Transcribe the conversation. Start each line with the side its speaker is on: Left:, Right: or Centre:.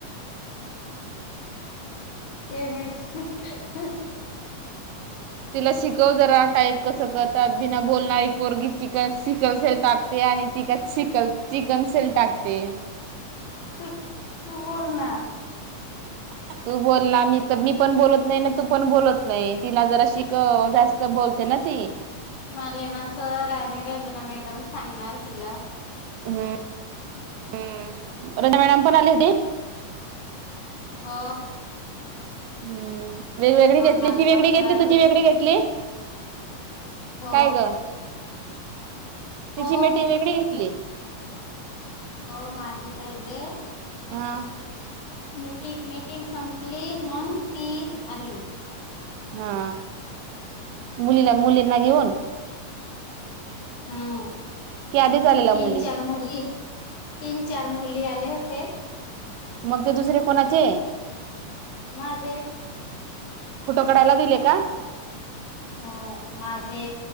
Left: हेमे विष <unintelligible>
Right: तिला शिकव जरा टाईप कस करतात बिना बोलणारी पोरगी चिक शिकव असेल टाकते आणि तिक च चिकन सल टाकते
Left: त तू बोल ना
Right: ह तू बोलला मी तर मी पण बोलत नाही ना तू पण बोलत नाही तिला जरा शिक जास्त बोलते ना ती
Left: मालिमा सर आणि रंजना मॅडम सांगणार तिला
Right: हम्म हम्म रंजणा मॅडम पण आली होती.
Left: हा
Right: हम्म वेगवेेगळी घेतली
Left: मालेमा
Right: ती वेगळी
Left: सर
Right: घेतली तुझी वेगळी घेतली
Left: हो
Right: काय ग तिची
Left: हो
Right: मिटिंग वेगळे घेतली
Left: हो माझी पहिले
Right: हा
Left: मीटिंग संपली मग ती आली
Right: हा मुलीला मुलींना घेऊन
Left: हम्
Right: की आधीच आलेला
Left: तीन
Right: मुली
Left: चार मुली तीन चार मुली आले होते.
Right: मग ते दुसरे कोणाचे
Left: माझे
Right: फोटो काढायला दिले का
Left: हो माझे